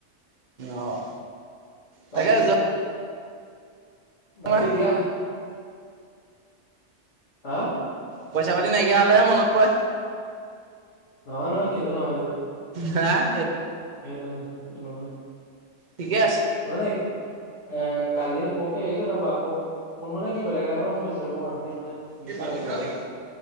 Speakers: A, on the right (about 45°); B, on the left (about 70°).
A: অ',
B: বাকী?
A: তাকে যোৱা
B: বাকী
A: তোমাৰ
B: দিয়া। হা
A: পইচা পাতি নাইকিয়া হলেহে মনত পৰে।
B: নহয় - নহয় সেইটো নহয়।
A: হাহ।
B: সেইটো নহয়- সেইটো নহয়।
A: ঠিকে আছে।
B: মানে। এ কালি পখী আহিছে তাৰপা আকৌ ফোন মানে কি বেলেগ এ তাৰ কাৰণে ফোন কৰিছিলে মোৰ অথনি মানে
A: কি
B: দিছিল
A: পানী
B: আৰু কিবা
A: খাও
B: এটা
A: নেকি